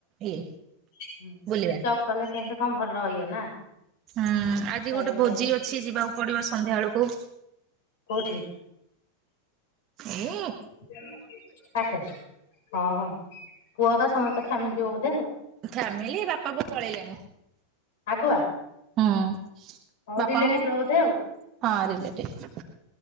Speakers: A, on the right; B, on the left.
A: ଇଏ।
B: ହୁଁ
A: ବୁଲିବା।
B: ଜପ୍ କଲ, କେମତି କଣ ଭଲ ହିଏ ନା?
A: ହୁଁ ଆଜି
B: ଚାରିଆଡେ
A: ଗୋଟେ ଭୋଜି
B: ଯାଇଥିବ
A: ଅଛି, ଯିବାକୁ ପଡିବ ସନ୍ଧ୍ୟା ବେଳକୁ।
B: କେଉଁଠି?
A: ଏଏ।
B: <unintelligible> ହଁ ହଁ କୁଅକା ସମସ୍ତେ ଫେନ୍ ମିଳି ଯିବ ବୋଧେ, ଆଉ
A: ଫ୍ୟାମିଲି ବାପା ବୋଉ ପଳେଇଲେଣି
B: ଆଗୁଆ।
A: ହୁଁ
B: ହଉ
A: ବାପାଙ୍କ
B: ରିଲେଟିଭ ର ବୋଧେ ଆଉ।
A: ହଁ ରିଲେଟିଭ।